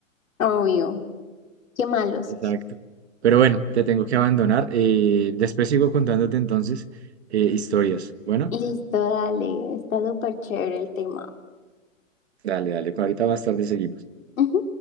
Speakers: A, on the left; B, on the right.
A: Obvio. Qué malos.
B: Exacto. Pero bueno, te tengo que abandonar. eh, después sigo contándote entonces eh, historias. Bueno,
A: Listo, dale. Está súper chévere el tema.
B: dale, dale. Ahorita más tarde seguimos.
A: Ujú.